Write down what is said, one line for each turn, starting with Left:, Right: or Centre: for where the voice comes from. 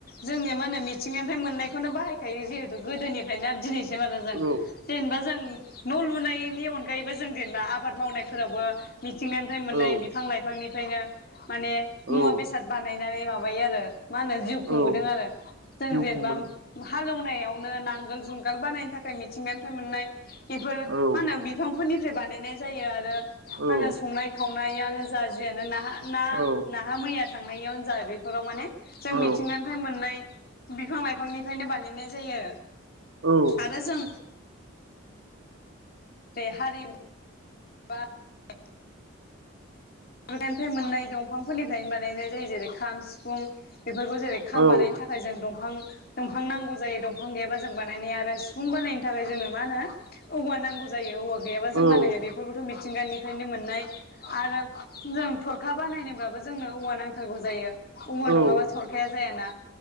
Left: जोंनिया मा होनो मिथिंगानिफ्राय मोननाय खौनो बाहायखायो जिहेतु गोदोनिफ्राय दिनै <inaudible> जों
Right: औ
Left: जेनेबा जों न' लुनायनि अनगायैबो जों जेनला आबाद मावनायफोरावबो मिथिंगानिफ्राय मोननाय
Right: औ
Left: बिफां लाइफांनि ओंखायनो
Right: औ
Left: <unintelligible> बिनानै माबायो आरो मा होनो जिउ खुंबोदों
Right: औ
Left: आरो जों
Right: जिउ
Left: जेनेबा
Right: खुंबोदों
Left: हालौ <unintelligible> नो नांगोल जुंगाल बानायनो थाखाय मिथिंगानिफ्राय मोननाय इफोर
Right: औ
Left: मा होनो बिफां फोरनिफ्राय बानायनाय जायो आरो
Right: औ
Left: मा होनो संनाय खावनाय सनायानो जाजियानो नाहा ना
Right: औ
Left: नाहा मैया थांनायावनो जा बेफोराव माने जों
Right: औ
Left: मिथिंगानिफ्राय मोननाय बिफां लाइफांनिफ्रायनो बानायनाय जायो
Right: औ
Left: आरो जों <inaudible> <unintelligible> निफ्राय मोननाय दंफांफोरनिफ्रायनो बानायनाय जायो जेरै खाम सिफुं बेफोरखौ जेरै खाम
Right: औ
Left: बानायनि थाखाय जों दंफ दंफां दंफां नांगौ जायो दंफां गैयाब्ला जों बानाय आरो सिफुं बानायनो थाखाय जोंनो मा होनो औवा नांगौ जायो औवा गैयाबा जों
Right: औ
Left: बानायाङो बेफोरखौबोथ' मिथिं मिथिंगानिफ्रायनो मोननाय आरो जों थ'रखा बानायनोब्लाबो जोंनो औवा नांथारगौ जायो औवा
Right: औ
Left: नङाबा थ'रखाया जायाना